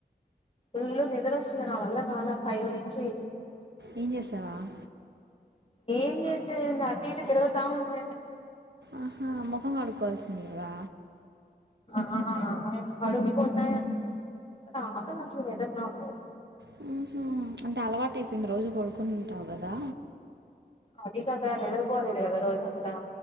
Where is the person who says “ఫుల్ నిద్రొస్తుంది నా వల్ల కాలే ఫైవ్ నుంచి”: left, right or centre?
Left